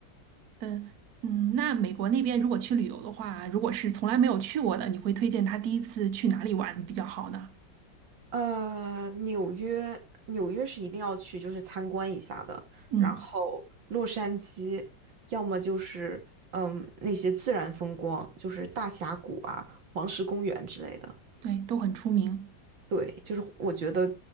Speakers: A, on the right; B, on the right.
A: 嗯嗯，那美国那边如果去旅游的话，如果是从来没有去过的，你会推荐他第一次去哪里玩比较好呢？
B: 呃，纽约，纽约是一定要去，就是参观一下的。
A: 嗯，
B: 然后洛杉矶，要么就是嗯那些自然风光，就是大峡谷啊、黄石公园之类的。
A: 对，都很出名。
B: 对，就是我觉得